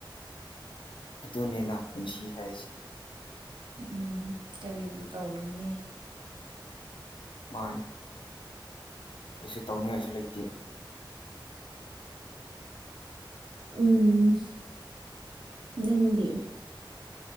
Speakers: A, on the left (about 75°); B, on the right (about 70°).
A: ꯑꯗꯨꯅꯦꯅ ꯄꯨꯟꯁꯤ ꯍꯥꯏꯁꯤꯗꯤ
B: ꯎꯝ ꯀꯔꯤꯕꯨ ꯇꯧꯔꯨꯅꯤ
A: ꯃꯥꯅꯤ ꯀꯩꯁꯨ ꯇꯧꯅꯤꯡꯉꯥꯏꯁꯨ ꯂꯩꯇꯦ
B: ꯎꯝ ꯅꯪꯗꯤ